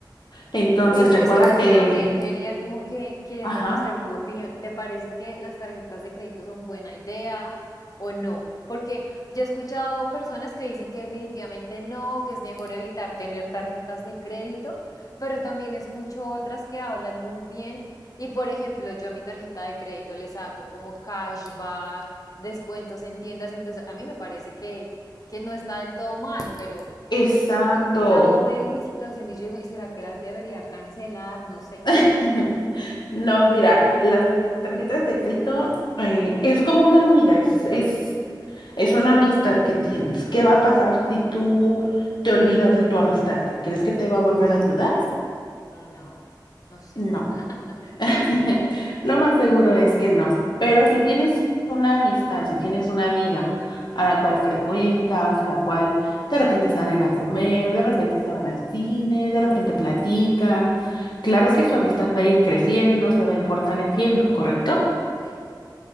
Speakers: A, on the left (about 65°); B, on the left (about 50°).
A: Entonces,
B: Bueno,
A: recuerda
B: eso, eso
A: que,
B: también quería como que quería
A: ajá,
B: conocer tu opinión. ¿Te parece que las tarjetas de crédito son buena idea o no? Porque yo he escuchado personas que dicen que definitivamente no, que es mejor evitar tener tarjetas de crédito, pero también escucho otras que hablan muy bien. Y por ejemplo, yo a mi tarjeta de crédito le saco como cashback, descuentos en tiendas, entonces a mí me parece que, que no está del todo mal, pero...
A: exacto.
B: Por otro lado, veo mi situación y yo digo, ay, ¿será que las debería cancelar? No sé.
A: <laughs> No, mira, las tarjetas de crédito eh, es como una amiga, es, es, es una amistad que tienes. ¿Qué va a pasar si tú te olvidas de tu amistad? ¿Crees que te va a volver a ayudar?
B: No, no sé.
A: No.
B: <laughs> Ajá, no.
A: <laughs> Lo más seguro es que no. Pero si tienes una amistad, si tienes una amiga a la cual frecuentas, a la cual de repente salen a comer, de repente se van al cine, de repente platican, claro que su amistad va a ir creciendo, se va a ir fortaleciendo, ¿correcto?
B: Sí,